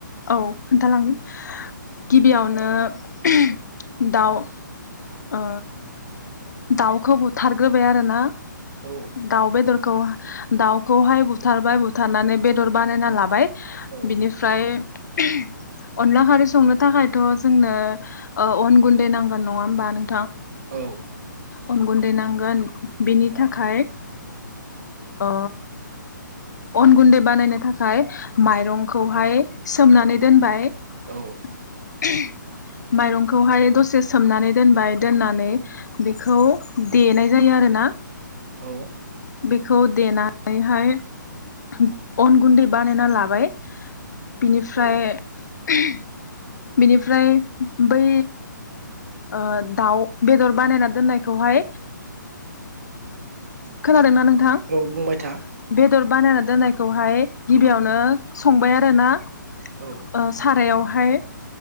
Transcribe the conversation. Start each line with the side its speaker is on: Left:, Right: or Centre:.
Left: औ खोन्थालांनि गिबियावनो <unintelligible> दाउ ओ दाउखौ बुथारग्रोबाय आरो ना ना
Right: औ
Left: दाउ बे दर खौ दाउखौहाय बुथारबाय बुथारनानै बेदर बानायना लाबाय।
Right: औ
Left: बिनिफ्राय ओम अनला खारै संनो थाखायथ' जोंनो ओ अन गुन्दै नांगोन नङा होमबा नों
Right: औ
Left: अन गुन्दै नांगोन बेनि थाखाय अ अन गुन्दै बानायनो थाखाय माइरंखौहाय सोमनानै
Right: औ
Left: दोनबाय ओम
Right: औ
Left: माइरंखौहाय दसे सोमनानै दोनबाय दोननानै बेखौ देनाय जायो आरोना
Right: औ
Left: बेखौ देनानैहाय ओम अन गुन्दै बानायना लाबाय बिनिफ्राय
Right: औ
Left: ओम बिनिफ्राय बै ओ दाउ बेदर बानायना दोननायखौहाय खोना दोंना नोंथां बे
Right: औ बुंबाय था
Left: बेदर बानायना दोननायखौहाय गिबियावनो संबाय आरोना
Right: औ
Left: ओ सारायाव हाय